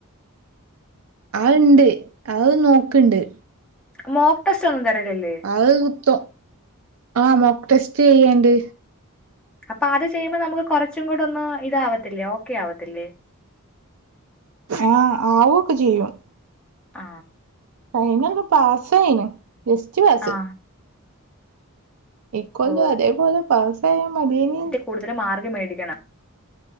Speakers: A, on the right; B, in the centre.
A: അഅണ്ട്. അത് നോക്ക്ണ്ട്.
B: മോപ്പ് സ <unintelligible> തരലല്ലേ?
A: അത് ത്തും. ആ മോക്ക് ടെസ്റ്റ് ചെയ്യ്ണ്ട്.
B: അപ്പ അത് ചെയ്യുമ്പോ നമുക്ക് കുറച്ചും കൂടെ ഒന്ന് ഇതാവത്തില്ലേ? ഓക്കെ ആവത്തില്ലേ?
A: ആ. ആവൊക്കെ ചെയ്യും.
B: ആ
A: ഫൈനൽ പ്പ പാസായിണ്. ജസ്റ്റ് പാസ്.
B: ആ
A: ഇൻക്കൊന്ന്
B: ഓ
A: അതേപോലെ പാസായാ മതിയേനിന്ന്..
B: കൂടുതല് മാർക്ക് മേടിക്കണം.